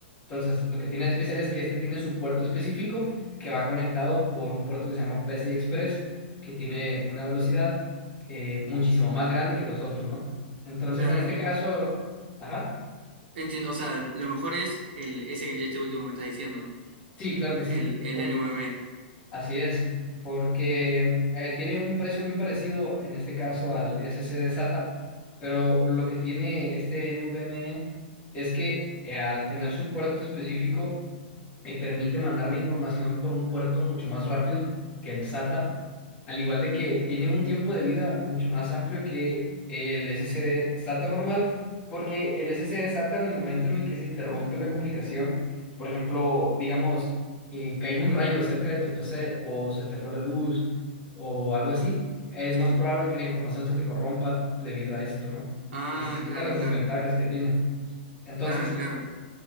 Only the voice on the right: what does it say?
claro,
claro.
Entiendo, o sea, lo mejor es el, ese, este último que me estás diciendo, ¿no?
El, el
NVMe.
Sí.
Ah,
claro,
claro,
claro, claro.